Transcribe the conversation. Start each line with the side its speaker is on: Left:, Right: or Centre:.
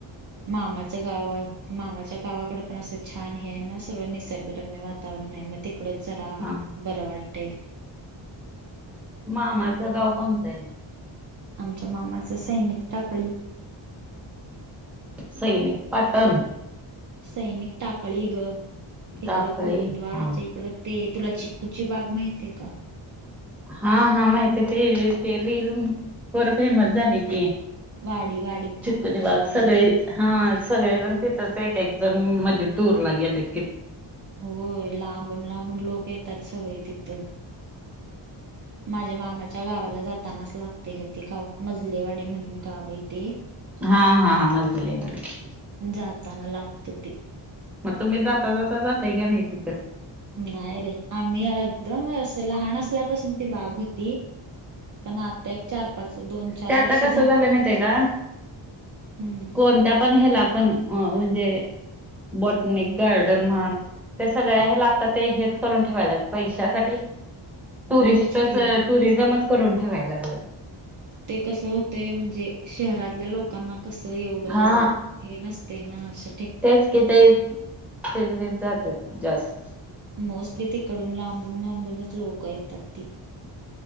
Right: मामाच्या गावात मामाच्या गावाकडे पण, असं छान हे आहे ना. सगळं निसर्गरम्य वातावरण. नाई मग तिकडच जरा
Centre: हा
Right: बर वाटतय.
Centre: मामाच गाव कोणतंय?
Right: आमच्या मामाच सैनिक टाकळी.
Centre: सैनिक पाटण.
Right: सैनिक टाकळी ग इकडं
Centre: टाकळी
Right: करुंदवाडच्या
Centre: हा
Right: इकडं ते. तुला चिक्कूची बाग माहितीेय का?
Centre: हा हा माहितय ते ते रील वर फेमस झाली ती.
Right: वाडी वाडी
Centre: चिक्कूची बाग
Right: वाडी
Centre: सगळे हा सगळेजण तिथंच एक एक जण हम मध्ये टूरला गेले.
Right: होय लांबून लांबून लोक येतात, सगळे तिथं. माझ्या मामाच्या गावाला जातानाच लागते ग ते गाव, मजलेवाडी म्हणून गाव येते.
Centre: हा हा हा मजले वाडी.
Right: जाताना लागतं ते
Centre: तुम्ही जाता जाता जाताय का नाही तिथं?
Right: नाही रे आम्ही ह एकदम हे असं लहान असल्यापासून ती बाग होती पण आता एक चार. पाच दोन चार
Centre: ते आता
Right: वर्ष
Centre: कसं झालं माहीतय का?
Right: हम्म
Centre: कोणत्या पण हेला पण अ म्हणजे. बॉटनिक गार्डन म्हण. ते सगळे हेला आता ते हेच करून ठेवायल्यात पैशासाठी. टुरिस्टच
Right: होयच की
Centre: टुरिझमच करून ठेवाय लागलं.
Right: ते कस होतंय, म्हणजे शहरातल्या लोकांना कसं एवढं
Centre: हा
Right: हे नसत. ते ना श
Centre: तेच की ते तेनिच जात्यात जास्त.
Right: मोस्टली तिकडून लांबून लांबूनच लोक येतात ती.